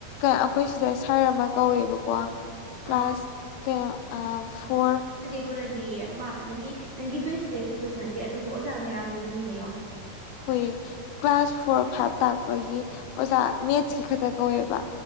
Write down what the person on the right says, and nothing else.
ꯑꯧ
ꯀꯅꯗꯤ ꯃꯥ ꯅꯪꯒꯤ ꯅꯪꯒꯤ ꯕꯦꯁꯇꯨꯗꯩ ꯈꯛꯇꯁꯨ ꯅꯠꯇꯦ ꯑꯇꯣꯞꯄ ꯑꯣꯖꯥ ꯃꯌꯥꯝꯗꯨꯒꯤꯁꯨꯅꯤꯉꯣ